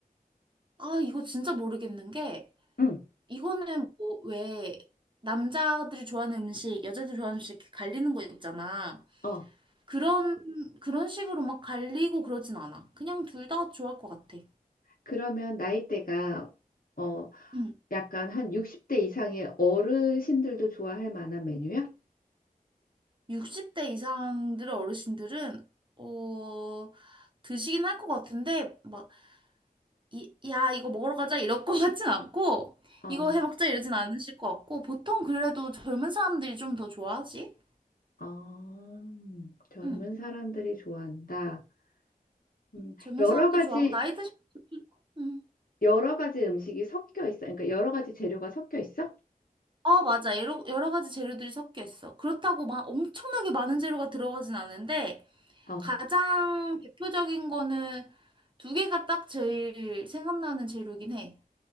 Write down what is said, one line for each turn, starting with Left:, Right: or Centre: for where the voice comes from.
Right: 아, 이거 진짜 모르겠는 게,
Left: 응.
Right: 이거는 뭐, 왜, 남자들이 좋아하는 음식, 여자들이 좋아하는 음식 이렇게 갈리는 거 있잖아.
Left: 어,
Right: 그런, 그런 식으로 막 갈리고 그러진 않아. 그냥 둘 다 좋아할 것 같아.
Left: 그러면 나이대가 어,
Right: 응.
Left: 약간 한 60대 이상의 어르신들도 좋아할 만한 메뉴야?
Right: 60대 이상들의 어르신들은, 어, 드시긴 할 것 같은데, 막, 이, 야, 이거 먹으러 가자, 이럴 것 같진 않고,
Left: 어,
Right: 이거 해 먹자, 이러진 않으실 것 같고, 보통 그래도 젊은 사람들이 좀 더 좋아하지?
Left: 어, 음, 젊은
Right: 응.
Left: 사람들이 좋아한다. 음,
Right: 젊은
Left: 여러
Right: 사람들
Left: 가지,
Right: 좋아하고 나이 드신 음.
Left: 여러 가지 음식이 섞여 있어. 그러니까 여러 가지 재료가 섞여 있어?
Right: 어 맞아 여러, 여러 가지 재료들이 섞여 있어 그렇다고 막 엄청나게 많은 재료가 들어가진 않은데
Left: 어,
Right: 가장 대표적인 거는 두 개가 딱 제일 생각나는 재료긴 해